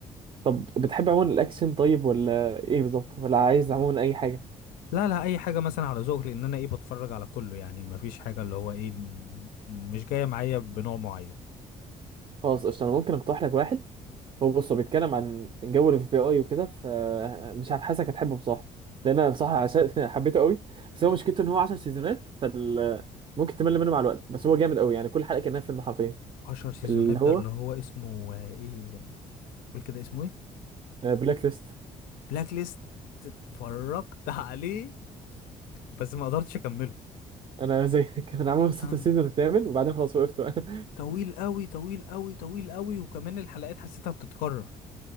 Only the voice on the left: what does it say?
لا لا اي حاجه مثلا على ذوق لان انا ايه بتفرج على كله يعني مفيش حاجه اللي هو ايه م- م- مش جايه معايا بنوع معين
10 سيزونات
ده
اللي هو اسمه آه، ايه قول كده اسمه ايه
بلاك ليست اتفرجت عليه بس ما قدرتش اكمله
كان
طويل قوي طويل قوي طويل قوي وكمان الحلقات حسيتها بتتكرر